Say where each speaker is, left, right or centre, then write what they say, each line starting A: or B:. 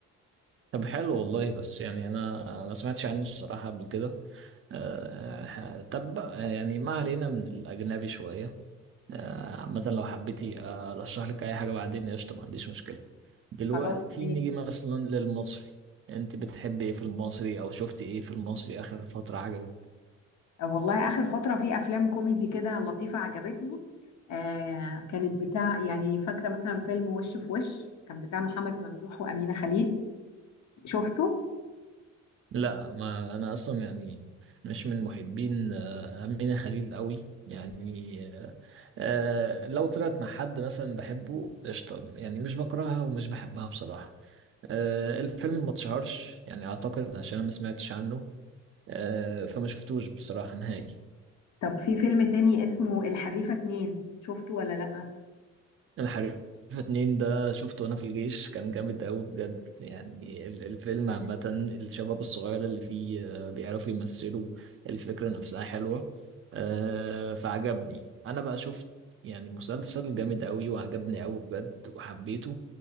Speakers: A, on the right; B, on the left.
A: طب حلو والله بس يعني انا ما سمعتش عنه الصراحة قبل كده آه، طب بقى، يعني ما علينا من الاجنبي شوية آه، مثلا لو حبيتي ارشح لك اي حاجة بعدين قشطة ما عنديش مشكلة دلوقتي
B: خلاص يعني
A: نيجي مثلا للمصري انت بتحبي ايه في المصري او شفتي ايه في المصري اخر فترة عجبك
B: والله آخر فترة في أفلام كوميدي كده لطيفة عجبتني آه كانت بتاع يعني فاكرة مثلا فيلم وش في وش كان بتاع محمد ممدوح وأمينة خليل شفته
A: لا ما انا اصلا يعني مش من محبين آه، أمينة خليل قوي يعني آه، آه، لو طلعت مع حد مثلا بحبه قشطة يعني مش بكرهها ومش بحبها بصراحة آه، الفيلم ما اتشهرش يعني اعتقد عشان انا ما سمعتش عنه آه، فما شفتوش بصراحة نهائي
B: طب في فيلم تاني اسمه الحريفة اتنين شفته ولا لأ؟
A: الحريفة اتنين ده شفته وانا في الجيش كان جامد قوي بجد يعني ال- الفيلم عامة الشباب الصغير اللي فيه آه، بيعرفوا يمثلوا الفكرة نفسها حلوة آه، فعجبني انا بقى شفت يعني مسلسل جامد قوي وعجبني قوي بجد وحبيته